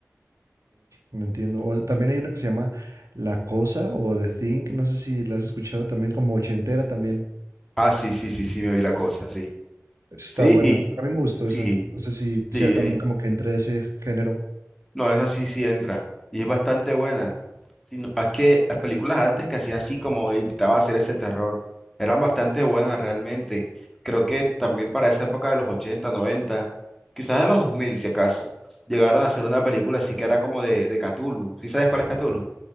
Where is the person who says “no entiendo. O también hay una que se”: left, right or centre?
Right